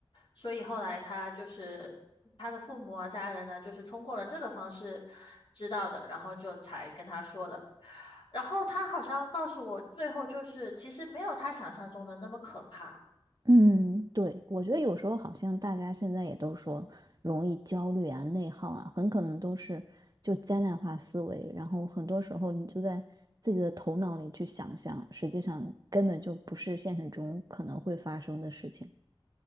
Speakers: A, on the left (about 60°); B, on the right (about 40°).
A: 所以后来他就是他的父母啊、家人呢，就是通过了这个方式知道的，然后就才跟他说的。然后他好像告诉我，最后就是其实没有他想象中的那么可怕。
B: 嗯，对，我觉得有时候好像大家现在也都说容易焦虑啊、内耗啊，很可能都是就灾难化思维，然后很多时候你就在自己的头脑里去想象，实际上根本就不是现实中可能会发生的事情。